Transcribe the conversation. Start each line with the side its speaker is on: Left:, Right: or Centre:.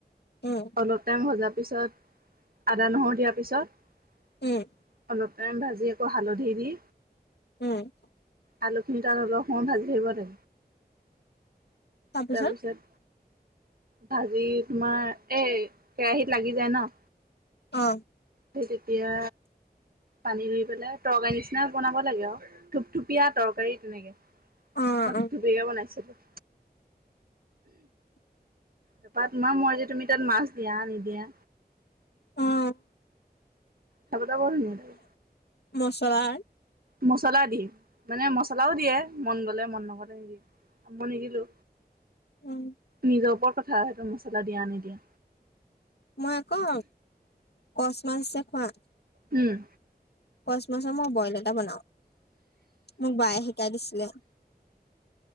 Left: উম
Right: অলপ টাইম ভজা। তাৰপিছত আদা নহৰু দিয়াৰ পিছত।
Left: উম
Right: অলপ টাইম ভাজি আকৌ হালধি দি
Left: উম।
Right: আলুখিনি তাত অলপ সময় ভাজি থাকিব লাগে।
Left: তাৰ পিছত?
Right: তাৰপিছত ভাজি তোমাৰ এ কেৰাহীত লাগি যায় ন।
Left: অ।
Right: সেই তেতিয়া পানী দি পেলাই তৰকাৰী নিচিনা বনাব লাগে আৰু থুপথুপীয়া তৰকাৰী তেনেকে। মই
Left: অ
Right: তো থুপ
Left: অ
Right: থূপিয়াকে বনাইছিলো।
Left: <inaudible>
Right: তাৰপা তোমাৰ মৰজি তুমি তাত মাছ দিয়া নিদিয়া।
Left: অহ।
Right: তব ব ন <unintelligible>
Left: মছলা
Right: মছলা দি মানে মছলাও দিয়ে মন গলে মন নগলে দিয়ে। অঁ মই নিদিলো
Left: উম
Right: নিজৰ ওপৰত কথা সেইটো মছলা দিয়া নিদিয়া।
Left: মই আকৌ কচ মাছ যে খোৱা।
Right: উম।
Left: কচ মাছৰ মই বইল এটা বনাওঁ মোক বায়ে শিকাই দিছিলে।